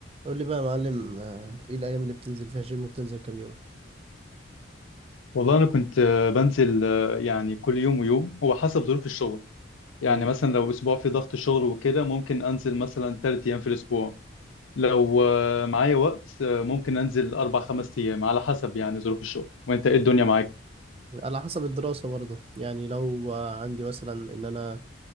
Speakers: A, on the right (about 30°); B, on the left (about 85°).
A: قول لي بقى يا معلم آه، ايه الايام اللي بتنزل فيها جيم وبتنزل كام يوم
B: والله انا كنت آه، بنزل آه، يعني كل يوم ويوم هو حسب ظروف الشغل يعني
A: امم
B: مثلا لو اسبوع في ضغط شغل وكده ممكن انزل مثلا ثلاث ايام في الاسبوع لو آه، معايا وقت آه، ممكن انزل اربع خمس ايام على حسب يعني ظروف الشغل وانت ايه الدنيا معاك
A: على حسب الدراسه برضه يعني لو آه، عندي مثلا ان انا